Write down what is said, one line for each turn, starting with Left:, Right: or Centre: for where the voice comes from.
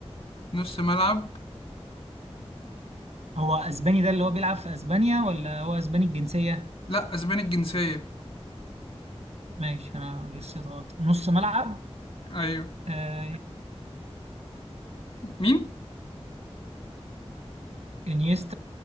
Left: نص ملعب
Right: هو اسباني ده اللي هو بيلعب في اسبانيا ولا هو اسباني الجنسية
Left: لا أسباني الجنسية
Right: ماشي انا جسيت غلط نص ملعب
Left: أيوه
Right: آه،
Left: مين؟
Right: انيستا